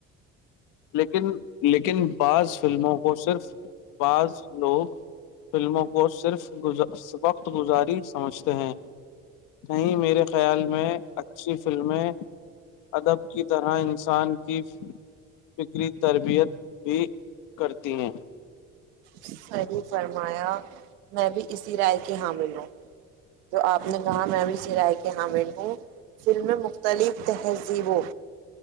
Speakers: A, on the left; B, on the right.
A: لیکن لیکن <unintelligible> بعض فلموں کو صرف بعض لوگ فلموں کو صرف <unintelligible> گ صبق <unintelligible> گزاری سمجھتے ہیں نہیں <unintelligible> میرے خیال میں اچھی ف <unintelligible> فلمیں ادب کی طرح انسان کی فکری تربیت بھی کرتی ہیں <unintelligible>
B: سحیح فرمایا میں بھی اسی رائے کی حامل ہوں جو آپ نے کہا میں بھی اسی رائے کے حامل ہوں <unintelligible> فھر میں م <unintelligible> مختلف تہذیبوں